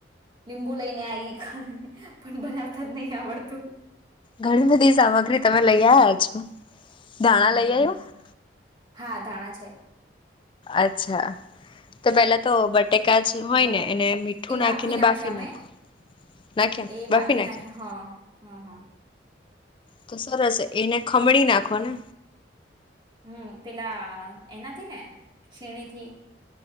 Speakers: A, on the right; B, on the left.
A: લીંબુ લઈને આ પણ બ. નાવતાજ નહી આવડતું.
B: ઘણી બધી સામગ્રી તમે લઈ આ્યા છો. ધાણા
A: હમ્મ
B: લઈ
A: હમ્મ
B: આવ્યા
A: હા ધાણા છે.
B: અચ્છા તો પેલા તો બ. એક કાજ જ હોય
A: બટાકાના
B: ને એને મીઠું
A: એ
B: નાખીને
A: નાખ્યા
B: બાફી નાખો
A: મે
B: નાખ્યા
A: એ
B: બાફી નાખ્યા.
A: નાખે હા હા હા.
B: તો સરસ એને ખમણી નાખો ને.
A: હમ્મ પેલા એનાથી ને ખીણીથી.